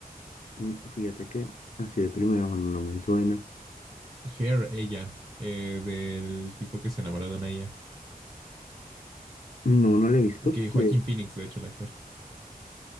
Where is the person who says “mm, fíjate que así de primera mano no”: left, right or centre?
Left